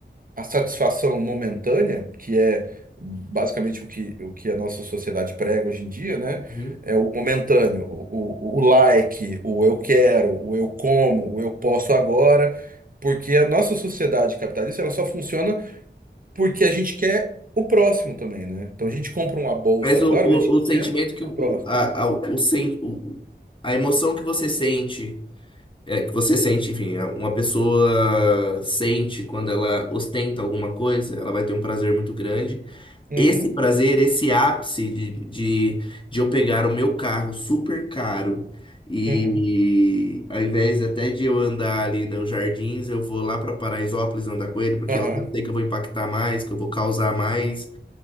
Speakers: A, on the right; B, on the left.
A: a satisfação momentânea, que é basicamente o que, o que a nossa sociedade prega hoje em dia, né?
B: uhum,
A: É o momentâneo, o, o, o like, o eu quero, o eu como, o eu posso agora, porque a nossa sociedade capitalista ela só funciona porque a gente quer o próximo também, né? Então
B: uhum.
A: a gente compra uma bolsa
B: mas o,
A: agora,
B: o,
A: mas a gente
B: o sentimento
A: quer
B: que
A: a
B: o,
A: próxima.
B: a, a, o, sen- o- a emoção que você sente, é, que você sente, enfim, é, uma pessoa sente quando ela ostenta alguma coisa, ela vai ter um prazer muito grande.
A: Uhum,
B: Esse prazer, esse ápice de, de, de eu pegar o meu carro super caro e
A: uhum,
B: ao invés até de eu andar ali nos jardins, eu vou lá para Paraisópolis andar com ele, porque
A: aham,
B: lá eu sei que eu vou impactar mais, que eu vou causar mais.